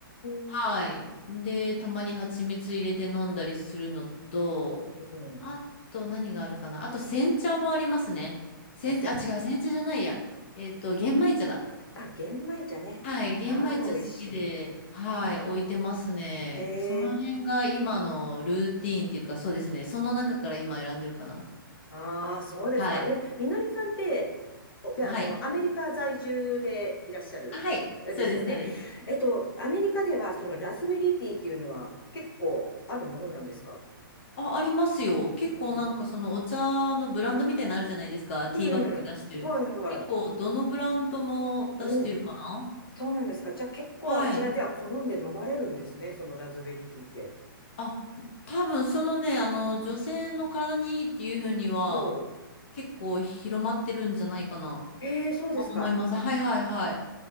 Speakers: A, on the left (about 75°); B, on the left (about 30°).
A: ー、
B: はい。で、たまに蜂蜜入れて飲んだりするのと、
A: うん。
B: あと何があるかな。あと煎茶もありますね。煎茶、
A: おせん茶。
B: あ、違う、煎茶じゃないや。えっと、玄米茶だ。
A: あ、玄米茶ね。
B: はい、玄米茶好きで、
A: まあ、美味し
B: はい、置いてますね。
A: い。へえ。
B: その辺が今のルーティーンっていうか、そうですね。その中から今選んでるかな。
A: ああ、そうですか。
B: はい。
A: え、みのりさんって、お、あの、
B: はい。
A: アメリカ在住でいらっしゃる、
B: あはい。
A: えですよね。
B: そうです、そうです。
A: えっと、アメリカでは、そのラズベリーティーっていうのは結構あるものなんですか
B: あ、ありますよ。結構なんかそのお茶のブランドみたいなのあるじゃないですか。
A: あ
B: ティーバッグ出してる。
A: うん。はいは
B: 結構どのブランドも出してるかな。
A: い。おうそうなんですか。じゃあ結構あちらでは好んで飲まれるんですね。
B: はい。
A: そのラズベリーティーって。
B: あ、多分そのね、あの、女性の体にいいっていうふうには、
A: おう。
B: 結構広まってるんじゃないかな。
A: ええ、そうですか。
B: と思います。はいはいはい。